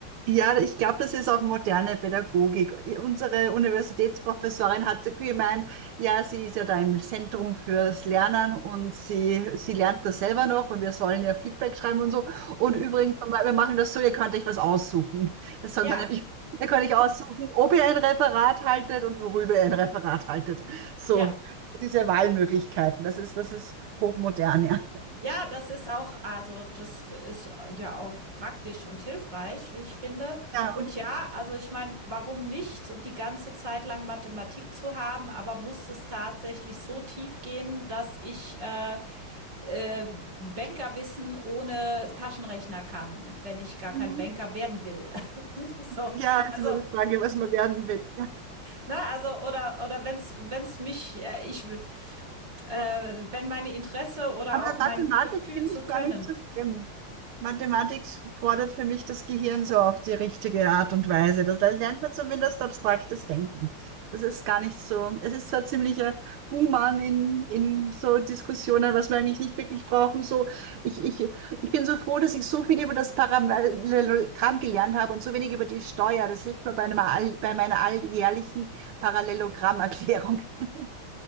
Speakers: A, on the right (about 80°); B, on the right (about 50°).
A: Ja, ich glaube, das ist auch moderne Pädagogik. Unsere Universitätsprofessorin hat gemeint, ja, sie ist ja da im Zentrum fürs Lernen und sie, sie lernt das selber noch und wir sollen ja Feedback schreiben und so. Und
B: Mhm.
A: übrigens, wir machen das so, ihr könnt euch was aussuchen. Das soll
B: Ja,
A: man nämlich, ihr könnt euch aussuchen, ob ihr ein Referat haltet und worüber ihr ein Referat haltet. So,
B: ja.
A: diese Wahlmöglichkeiten, das ist, das ist hochmodern, ja.
B: Ja, das ist auch also, das ist äh, ja auch praktisch und hilfreich, wie ich finde.
A: Ja,
B: Und ja, also ich meine, warum nicht die ganze Zeit lang Mathematik zu haben, aber muss es tatsächlich so tief gehen, dass ich äh, äh, Bankerwissen ohne Taschenrechner kann, wenn ich gar
A: Mhm.
B: kein Banker werden will. <laughs> So,
A: ja, jetzt
B: also,
A: ist immer die Frage, was man werden will.
B: ne, also oder oder wenn's wenn's mich äh, ich äh, wenn meine Interesse oder
A: Aber
B: auch mein
A: Mathematik
B: Gefühl
A: finde
B: zu
A: ich
B: können.
A: gar nicht so schlimm. Mathematik fordert für mich das Gehirn so auf die richtige Art und Weise. Da, da lernt man zumindest abstraktes Denken. Das ist gar nicht so. Es ist zwar ziemlicher Buhmann in, in so Diskussionen, was wir eigentlich nicht wirklich brauchen. So, ich, ich, ich bin so froh, dass ich so viel über das Parallelogramm gelernt habe und so wenig über die Steuer. Das hilft mir bei, einem, all- bei meiner alljährlichen Parallelogrammerklärung. <laughs>